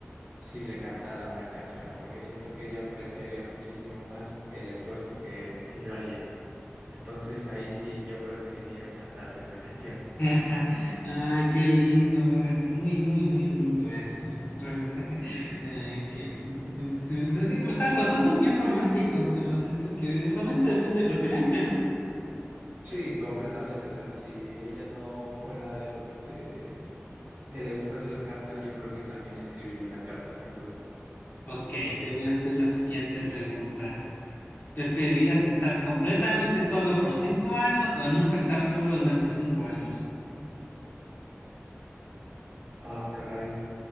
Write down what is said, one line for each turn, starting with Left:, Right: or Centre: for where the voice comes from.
Right: si le cantara una canción, porque siento que ella apreciaría muchísimo más el esfuerzo que, que yo haría. Entonces ahí sí yo preferiría cantarle una canción.
Left: <laughs> Ah, qué lindo, es muy, muy, muy lindo eso. eh, Realmente, <laughs> eh, que, mm, mm, se- te digo, o sea, los dos son bien románticos, pero siento que realmente depende de preferencia, ¿no?
Right: Sí, completamente. O sea, si ella no fuera este que le gustase el cantar, yo creo que también escribiría una carta sin duda.
Left: Ok, te voy a hacer la siguiente pregunta. ¿Preferirías estar completamente solo por cinco años o nunca estar solo durante cinco años?
Right: Ah, caray.